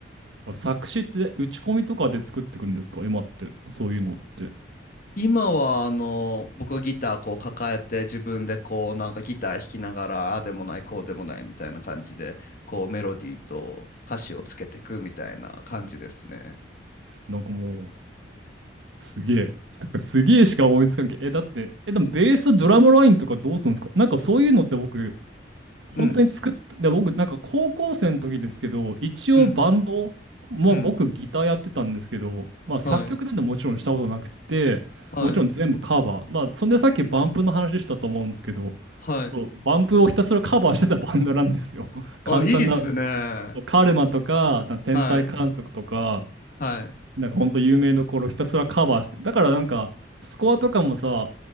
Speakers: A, on the right; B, on the left.
A: まあ作詞って打ち込みとかで作ってくんですか今って。そういうのって。
B: 今はあの僕はギターこう抱えて自分でこうなんかギター弾きながらああでもないこうでもないみたいな感じでこうメロディーと歌詞をつけていくみたいな感じですね。
A: なんかもう、すげえ。なんかすげえしか思いつかんけど。え、だって、え、でもベースとドラムラインとかどうするんですかなんかそういうのって僕、本当に作ってで、
B: うん
A: 僕、なんか高校生の時ですけど、一応バンド、
B: うん
A: まあ僕ギターやってたんですけど、
B: うん
A: まあ作曲なんてもちろんしたことなくて、
B: はいはい
A: もちろん全部カバー。まあそんでさっきバンプの話したと思うんですけど、
B: はい
A: そう、バンプをひたすらカバーしてたバンドなんですよ。<laughs> 簡単な、
B: あいいっすね。は
A: カルマとか、な天体観測とか、
B: いはい
A: なんかほんと有名どころをひたすらカバーしてる。だからなんか、スコアとかもさ、